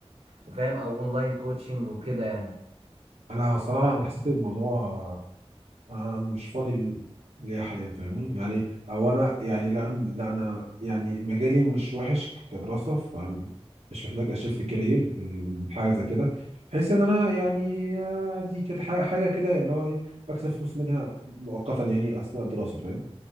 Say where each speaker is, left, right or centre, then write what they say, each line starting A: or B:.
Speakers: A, on the right; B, on the right.
A: وفاهم أو أونلاين كوتشنج وكده يعني
B: انا صراحه انا حسيت الموضوع آه، انا مش فاضي ل- ليا حاليا فاهمني يعني او انا يعني لا لا انا يعني مجالي مش وحش كدراسه فمش محتاج اشفت كارير من حاجه زي كده بحيث ان انا يعني آه، دي كده حاجه حاجة كده اللي هو ايه بكسب فلوس منها مؤقتا يعني اثناء الدراسه فاهم